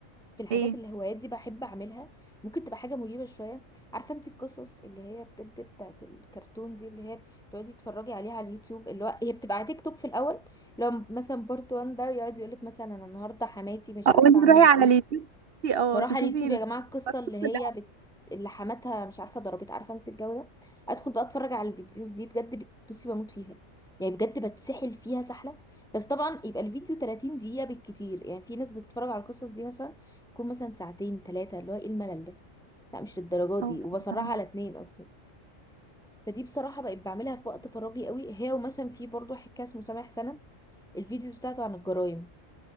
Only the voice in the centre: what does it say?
في الحاجات
اللي هوايات دي بحب اعملها ممكن تبقى حاجه مريبه شويه عارفه انت القصص اللي هي بجد بتاعت الكرتون دي اللي هي بتقعدي تتفرجي عليها على اليوتيوب اللي هو هي بتبقى على تيك توك في الاول لو مثلا بارت 1 ده يقعد يقولك مثلا انا النهارده حماتي مش
عارفه
عملت
ايه
واروح
على اليوتيوب
يا جماعه القصه اللي
هي بت... اللي حماتها مش عارفه ضربت عارفه انت الجو ده ادخل بقى اتفرج على الفيديوز دي بجد بت- بصي بموت فيها يعني بجد بتسحل فيها سحله بس طبعا يبقى الفيديو 30 دقيقه بالكتير يعني في ناس بتتفرج على القصص دي مثلا تكون مثلا ساعتين ثلاثه اللي هو ايه الملل ده لا مش للدرجه
دي وبصراحه
على اتنين اصلا فدي بصراحه بقيت بعملها في وقت فراغي قوي هي ومثلا في برضو حكايه اسمه سامح سند الفيديوز بتاعته عن الجرايم